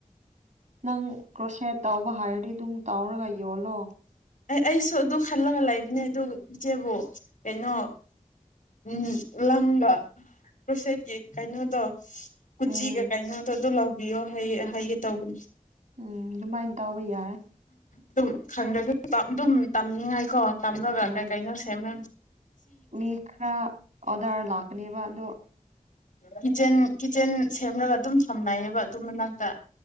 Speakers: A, on the right; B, on the left.
A: ꯅꯪ ꯀ꯭ꯣꯁꯤ ꯑ ꯑꯣꯕ ꯍꯥꯔ ꯑꯗꯨꯝ ꯇꯥꯎꯔꯒ ꯌꯣꯂꯣ
B: ꯑꯩ ꯑꯩꯁꯨ ꯑꯗꯨ ꯈꯜꯂꯒ ꯂꯩꯕꯅꯦ ꯑꯗꯨ ꯏꯆꯦꯕꯨ ꯀꯩꯅꯣ ꯎ ꯂꯝꯪꯒ ꯀ꯭ꯔꯣꯁꯦꯠꯀꯤ ꯀꯩꯅꯣꯗꯣ ꯀꯆꯤꯒ
A: ꯎꯝ
B: ꯀꯥꯏꯩꯅ ꯇ ꯑꯗꯨ ꯂꯥꯎ ꯄꯕꯤꯌꯣ ꯍ ꯍꯩꯌꯦꯦ ꯇꯧꯕꯅꯦ
A: ꯎꯝ ꯑꯗꯨꯃꯥꯏꯅ ꯇꯥꯎꯕ ꯌꯥꯏ ꯋꯥ
B: ꯑꯗꯨꯝ ꯈꯪꯗ꯭ꯔꯁꯨ ꯑꯗꯨꯝ ꯇꯝꯅꯤꯡꯉꯥꯏꯀꯣ ꯇꯝꯅꯕ
A: ꯎꯝ
B: ꯀꯩ ꯀꯩꯅꯣ ꯁꯦꯝꯅꯕ
A: ꯃꯤ ꯈꯔꯥ ꯑꯣꯗꯔ ꯂꯥꯛꯀꯅꯦꯕ ꯑꯗꯨꯣ
B: ꯀꯤꯠꯆꯦꯟ ꯀꯤꯠꯆꯦꯟ ꯁꯦꯝꯂꯒ ꯑꯗꯨꯝ ꯁꯝꯅꯩꯌꯦꯕ ꯑꯗꯨ ꯃꯅꯥꯛꯇ